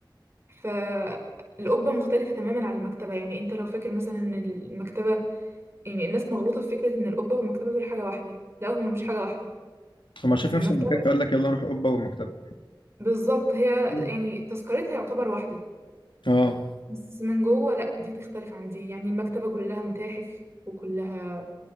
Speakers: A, on the right (about 30°); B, on the left (about 75°).
A: فالقبة مختلفة تماما عن المكتبة يعني انت لو فاكر مثلا ان المكتبة يعني الناس مغلوطة في فكرة ان القبة والمكتبة دول حاجة واحدة لا هما مش حاجة واحدة
B: لما شاف
A: المكتبة
B: نفس المكان فقال لك يلا نروح القبه والمكتبه
A: بالظبط هي
B: مم.
A: يعني تذكرتها يعتبر واحدة
B: اه
A: بس من جوه لا دي تختلف عن دي يعني المكتبة كلها متاحف وكلها